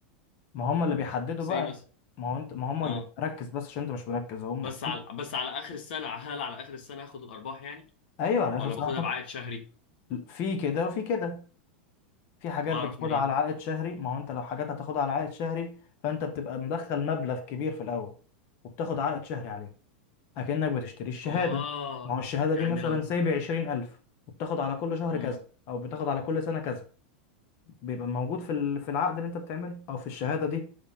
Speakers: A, on the left; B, on the left.
A: ما هم اللي بيحددوا
B: سي
A: بقى
B: مثلا
A: انت ما هو انت ما هم
B: اه
A: اللي بي- ركز بس عشان انت مش مركز هم
B: بس على بس على اخر السنة هل على اخر السنة هاخد الارباح يعني؟
A: ايوه على اخر
B: ولا
A: سنة
B: باخدها
A: هتاخد
B: بعائد شهري
A: في كده وفي كده في حاجات
B: بعرف
A: بتاخدها
B: منين
A: على عائد شهري ما هو انت لو حاجات هتاخدها على عائد شهري فانت بتبقى مدخل مبلغ كبير في الاول وبتاخد عائد شهري عليه اكنك بتشتري الشهادة
B: اه
A: ما هو الشهادة
B: يعني
A: دي مثلا
B: لو
A: سايب 20000 وبتاخد على كل شهر
B: مم.
A: كذا او بتاخد على كل سنة كذا بيبقى موجود في ال- في العقد اللي انت بتعمله او في الشهاده دي